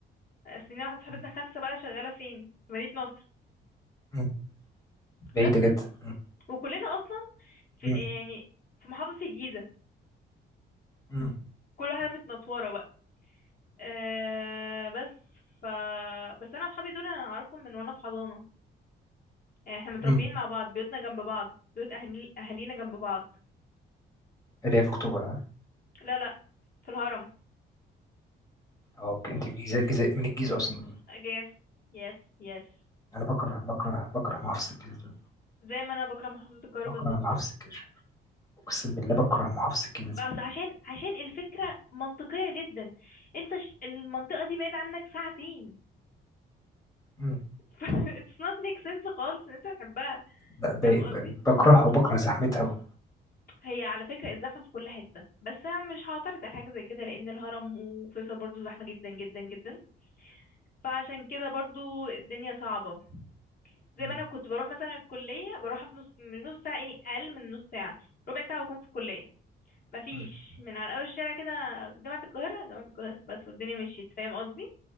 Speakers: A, on the left; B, on the left.
A: السنين واحده صاحبتنا
B: مم.
A: خمسه بقى شغاله فين في مدينه نصر
B: مم.
A: بس
B: بعيده جدا مم.
A: وكلنا اصلا في
B: مم.
A: يعني في محافظه الجيزه
B: مم.
A: كل واحده متنطوره بقى آه بس ف بس انا اصحابي دول انا اعرفهم من وانا في حضانه يعني احنا متربيين
B: مم.
A: مع بعض بيوتنا جنب بعض بيوت اهالي اهالينا جنب بعض
B: اللي هي في اكتوبر ها
A: لا لا في الهرم
B: اه اوكي انت الجيزه الجيزه من الجيزه اصلا
A: يس يس يس
B: انا بكره بكره بكره محافظه الجيزه دي
A: زي ما انا بكره محافظه القاهره
B: بكره
A: بالظبط
B: محافظه الجيزه اقسم بالله بكره محافظه الجيزه
A: بس
B: دي
A: عشان عشان الفكرة منطقية جدا انت ش... المنطقة دي بعيد عنك ساعتين
B: مم.
A: <laughs> ف it's not make sense خالص ان انت تحبها
B: ب- ب-
A: فاهم قصدي
B: ب- بكرهها وبكره زحمتها و...
A: هي على فكرة الزحمة في كل حتة بس انا مش هعترض على حاجة زي كده لان الهرم وفيصل برضو زحمة جدا جدا جدا فعشان كده برضو الدنيا صعبة زي
B: مم.
A: ما انا كنت بروح مثلا الكلية بروحها في نص من نص ساعة ايه اقل من نص ساعة ربع ساعة واكون في الكلية مفيش
B: مم.
A: من على اول الشارع كده جامعة القاهرة جامعة القاهرة بس والدنيا مشيت فاهم قصدي